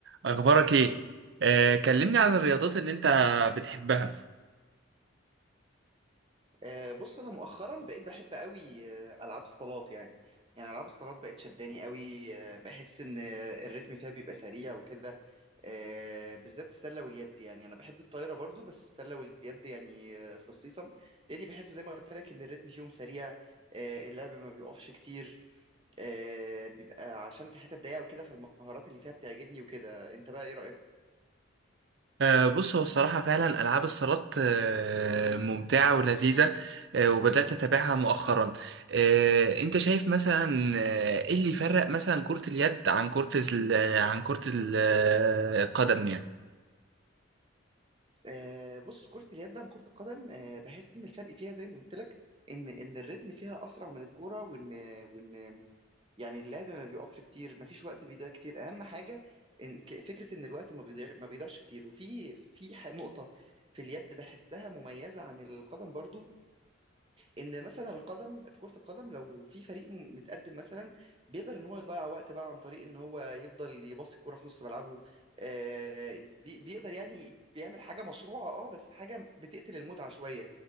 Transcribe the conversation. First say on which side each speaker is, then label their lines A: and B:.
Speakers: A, on the right; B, on the right.
A: اخبارك ايه آه كلمني عن الرياضات اللي انت بتحبها
B: آه، بص انا مؤخرا بقيت بحب قوي آه، العاب الصالات يعني يعني العاب الصالات بقت شداني قوي آه، بحس ان آه، الريتم فيها بيبقى سريع وكده آه، بالذات السله واليد يعني انا بحب الطايره برضو بس السله واليد يعني آه، خصيصا لاني بحس زي ما قلت لك ان الريتم فيهم سريع آه، اللعب ما بيقفش كتير آه، بيبقى عشان في حتت ضيقه وكده فالمهارات اللي فيها بتعجبني وكده انت بقى ايه رايك
A: آه بص هو الصراحه فعلا العاب الصالات آه ممتعه ولذيذه آه وبدات اتابعها مؤخرا آه انت شايف مثلا آه، ايه اللي يفرق مثلا كره اليد عن كره ال- عن كره ال- القدم يعني
B: آه، بص كرة اليد عن كرة القدم آه، بحس إن الفرق فيها زي ما قلت لك إن إن الريتم فيها أسرع من الكورة وإن وإن يعني اللعب ما بيقفش كتير ما فيش وقت بيضيع كتير أهم حاجة إن ك- فكرة إن الوقت ما بيضيع ما بيضيعش كتير وفي في ح- نقطة في اليد بحسها مميزة عن القدم برضو ان مثلا القدم في كرة القدم لو في فريق م- متقدم مثلا بيقدر ان هو يضيع وقت بقى عن طريق ان هو يفضل يباصي الكرة في نص ملعبه آه، بي- بيقدر يعني بيعمل حاجة مشروعة اه بس حاجة بتقتل المتعة شوية